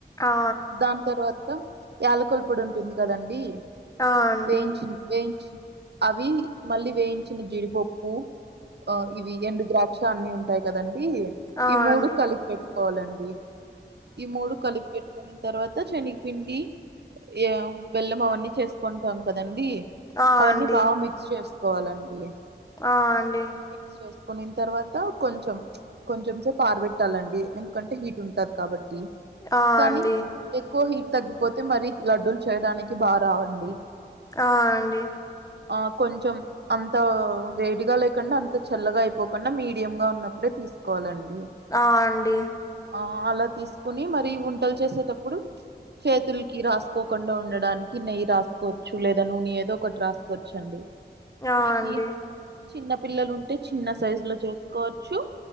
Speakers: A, on the left (about 20°); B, on the right (about 70°).
A: ఆ
B: దాని తర్వాత యాలకుల పొడి ఉంటుంది కదండి
A: ఆ ఆ అండి
B: వేయించిన వేయించ అవి మళ్ళీ వేయించిన జీడిపప్పు ఆ ఇవి ఎండు ద్రాక్ష అన్ని ఉంటాయి కదండీ
A: ఆ ఆ
B: ఈ మూడు
A: అండి
B: కలిపి పెట్టు కోవాలండి ఈ మూడు కలిపి పెట్టుకున్న తర్వాత శనగపిండి ఏ బెల్లం అవన్నీ చేసుకుంటాం కదండీ
A: ఆ
B: అవన్నీ
A: అండి
B: బాగా మి క్స్ చేసుకోవాలండి
A: ఆ అండి
B: మిక్స్ చేసుకునిన్ తర్వాత కొంచెం కొంచెం సేపు ఆరబెట్టాలండి ఎందుకంటే హీట్ ఉంటది కాబట్టి
A: ఆ
B: కానీ
A: అండి
B: ఎక్కువ హీట్ తగ్గిపోతే మరీ లడ్డూలు చేయడానికి బాగా రావండి
A: ఆ అండి
B: ఆ కొంచెం అంత వేడిగా లేకుండా అంత చల్లగా అయిపోకుండా మీడియము గా ఉన్నప్పుడే తీసుకోవాలండి
A: ఆ అండి
B: ఆ అలా తీసుకుని మరి వుండాలు చేసేటప్పుడు చేతులకి రాసు కోకుండా ఉండడానికి నెయ్యి రాసుకోవచ్చు లేదా నునె ఏదో ఒకటి రాసుకోవచ్చు అండి.
A: ఆ
B: మీకి
A: అండి
B: చిన్న పిల్లలు ఉంటే చిన్న సైజు లో చేసుకోవచ్చు.